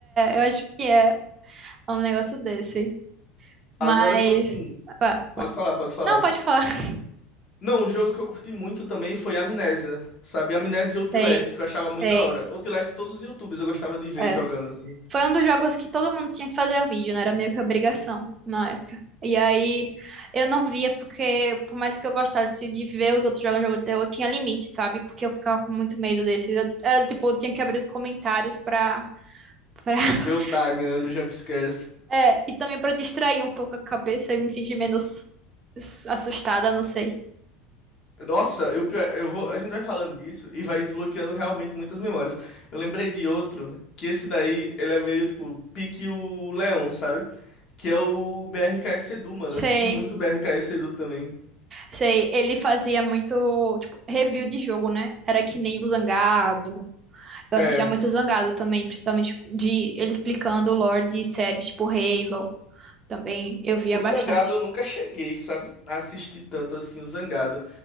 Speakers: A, on the right; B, on the left.
A: é, eu acho que é um negócio desse. Mas...
B: Agora, tipo assim,
A: ah,
B: pode
A: vai.
B: falar, pode falar.
A: Não, pode falar. <laughs>
B: Não, um jogo que eu curti muito também foi Amnésia, sabe? Amnésia e Outlast,
A: Sei,
B: que eu achava
A: sei.
B: muito da hora. Outlast, todos os YouTubers eu gostava de ver
A: é.
B: jogando assim.
A: Foi um dos jogos que todo mundo tinha que fazer um vídeo, né? Era meio que obrigação na época. E aí eu não via porque, por mais que eu gostasse de ver os outros jogando jogo de terror, tinha limite, sabe? Porque eu ficava com muito medo desses. Eu- era do tipo, eu tinha que abrir os comentários pra, pra... <laughs>
B: Ver o time, né, dos jumpscares.
A: É, e também pra distrair um pouco a cabeça e me sentir menos s- assustada, não sei.
B: Nossa, eu, pior- eu vou, a gente vai falando disso e vai desbloqueando realmente muitas memórias. Eu lembrei de outro, que esse daí, ele é meio tipo pique o Leão, sabe? Que é o BRKS Edu, mano. Eu
A: Sei,
B: assisti muito BRKS Edu também.
A: sei. Ele fazia muito, tipo, review de jogo, né? Era que nem o Zangado, Eu
B: É,
A: assistia muito Zangado também, principalmente de ele explicando o lore de séries tipo Halo, também eu via
B: o
A: bastante.
B: Zangado eu nunca cheguei, sabe? A assistir tanto assim o Zangado.